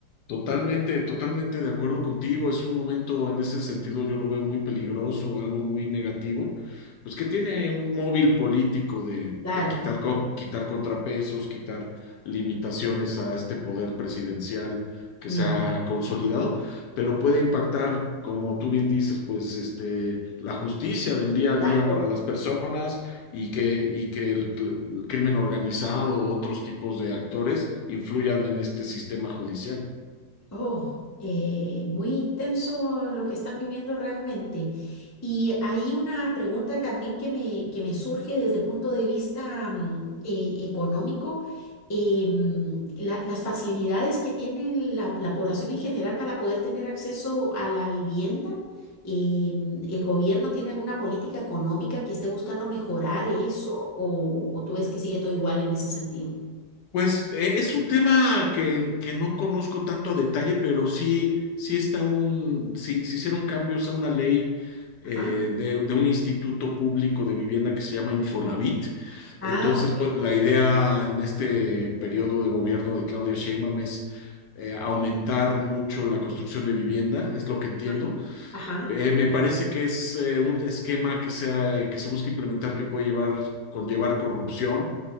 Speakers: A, on the left; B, on the left.
A: Totalmente, totalmente de acuerdo contigo. Es un momento, en ese sentido, yo lo veo muy peligroso, algo muy negativo. Pues que tiene un móvil político de,
B: Claro,
A: de quitar, co- quitar contrapesos, quitar limitaciones a este poder presidencial que
B: mm,
A: se ha consolidado, pero puede impactar, como tú bien dices, pues este, la justicia del día a
B: claro.
A: día para las personas y que, y que el, cl- el crimen organizado, o otros tipos de actores influyan en este sistema judicial.
B: Oh, eh, muy intenso lo que están viviendo realmente. Y hay una pregunta también que me, que me surge desde el punto de vista mm, eh, económico. Eh, mm, la- las facilidades que tiene la, la población en general para poder tener acceso a la vivienda. Eh, mm, ¿el gobierno tiene alguna política económica que esté buscando mejorar eso? ¿O, o tú ves que sigue todo igual en ese sentido?
A: Pues e- es un tema que, que no conozco tanto a detalle, pero sí, sí está un, sí, se hicieron cambios a una ley eh,
B: Ajá.
A: de, de un instituto público de vivienda que se llama Infonavit.
B: Ah,
A: Entonces,
B: ok.
A: pues, la idea en este periodo de gobierno de Claudia Sheinbaum es eh, aumentar mucho la construcción de vivienda, es lo que entiendo.
B: Ajá. Ajá.
A: Eh, me parece que es eh, un esquema que sea, que se busca implementar que puede llevar, conllevar corrupción